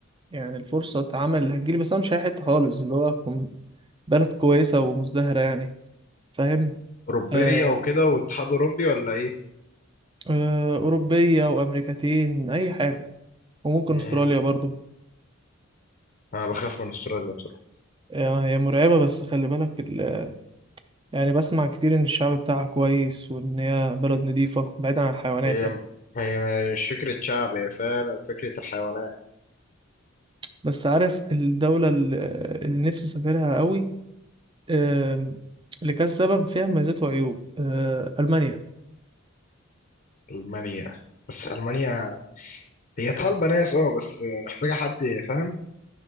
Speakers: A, on the right; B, on the left.
A: يعني الفرصة عمل اللي هتجيلي بس انا مش اي حتة خالص اللي هو أكون بلد كويسة ومزدهرة يعني فاهم
B: اوروبية
A: آه
B: وكده واتحاد اوروبي ولا ايه
A: آه اوروبية وامريكتين اي حاجة وممكن
B: مم.
A: استراليا برضو
B: انا بخاف من استراليا بصراحة
A: آه، هي مرعبة بس خلي بالك ال- يعني بسمع كتير ان الشعب بتاعها كويس وان هي بلد نظيفة بعيدا عن الحيوانات
B: هي
A: يعني
B: هي مش فكرة شعب هي فعلا فكرة الحيوانات
A: بس عارف الدولة اللي اللي نفسي أسافرها قوي آم، لكذا سبب فيها مميزات وعيوب آه، ألمانيا
B: المانيا بس المانيا هي طالبة ناس اه بس محتاجة حد فاهم